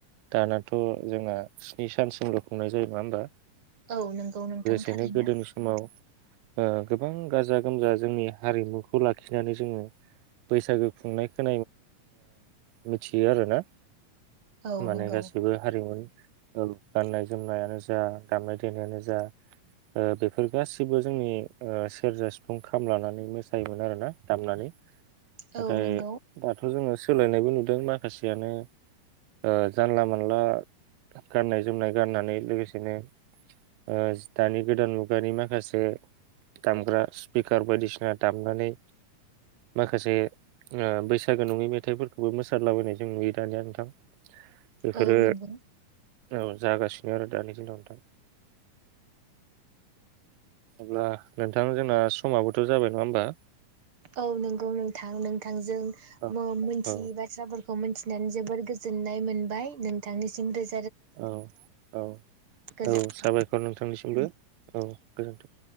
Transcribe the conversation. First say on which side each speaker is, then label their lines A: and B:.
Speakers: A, on the right; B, on the right.
A: दानाथ' जोंना स्नि सानसिमल' खुंनाय जायो नङा होमबा।
B: औ नंगौ नोंथां।
A: बिदिनो
B: थारैनो
A: गोदोनि समाव ओ गोबां गाजा गोमजा जोंनि हारिमुखौ लाखिनानै जोंङो बैसागु खुंनायखौ मिथियो आरोना।
B: औ
A: माने
B: नंगौ
A: गासैबो हारिमु औ गाननाय जोमनायानो जा दामनाय देनायानो जा ओ बेफोर गासैबो जोंनि सेरजा सिफुं खाम लानानै मोसायोमोन आरोना दामनानै। नाथाय
B: औ नंगौ
A: दाथ जोंङो सोलायनायबो नु बै माखासेयानो ओ जानला मोनला गाननाय जोमनाय गाननानै लोगोसेनो ओ दानि गोदान मुगानि माखासे दामग्रा स्पिकार बायदिसिना दामनानै माखासे बैसागु नंङै मेथाइफोरखौबो मोसाला बायनाय जों नुयो दानिया नोंथां। बेफोरो
B: औ नंगौ
A: औ जागासिनो आरो दानि दिनाव नोंथां। अब्ला नोंथां जोंना समाबोथ जाबाय नङा होमबा।
B: औ नंगौ नोंथां नोंथांजों म
A: औ
B: मिथियै
A: औ
B: बाथ्राफोरखौ मिथिनानै जोबोर गोजो ननाय मोनबाय नोंथांनिसिम रो
A: औ औ
B: गोजोन्थों।
A: औ साबायखर नोंथांनिसिमबो औ गोजोन्थों।